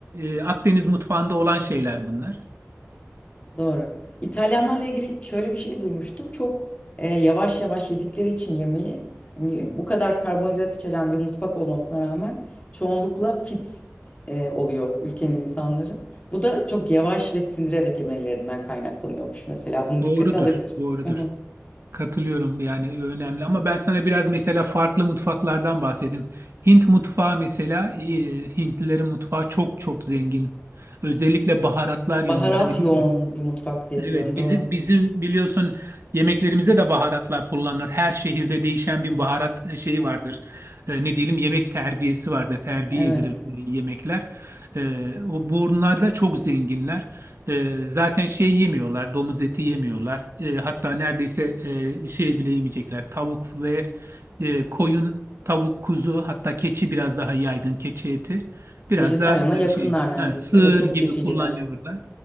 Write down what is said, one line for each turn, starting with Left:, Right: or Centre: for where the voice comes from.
Right: e, e, Akdeniz mutfağında olan şeyler bunlar.
Left: Doğru. İtalyanlarla ilgili şöyle bir şey duymuştum. Çok e, yavaş yavaş yedikleri için yemeği, hani bu kadar karbonhidrat içeren bir mutfak olmasına rağmen çoğunlukla fit e, oluyor ülkenin insanları. Bu da çok yavaş ve sindirerek yemelerinden kaynaklanıyormuş mesela. Bunu
Right: Doğrudur,
Left: dikkate alabilirsin.
Right: doğrudur.
Left: Hı hı.
Right: Katılıyorum yani önemli ama ben sana biraz mesela farklı mutfaklardan bahsedeyim. Hint mutfağı mesela e, Hintlilerin mutfağı çok çok zengin. Özellikle baharatlar yönünde.
Left: Baharat
Right: Hani bizim
Left: yoğun bir mutfak diye
Right: Evet,
Left: biliyorum. Doğru.
Right: bizim bizim biliyorsun yemeklerimizde de baharatlar kullanılır. Her şehirde değişen bir baharat e, şeyi vardır. E, ne diyelim yemek terbiyesi vardır. Terbiye
Left: Evet.
Right: edilir e, yemekler. E, o bunlar da çok zenginler. E, zaten şey yemiyorlar, domuz eti yemiyorlar. E, hatta neredeyse e, şey bile yemeyecekler. Tavuk ve e, koyun, tavuk, kuzu, hatta keçi biraz daha yaygın keçi eti. Biraz
Left: Vejetaryana
Right: da
Left: yakınlar
Right: e, şey,
Left: neredeyse.
Right: ha, sığır
Left: Evet, çok
Right: gibi
Left: seçiciler.
Right: kullanıyorlar.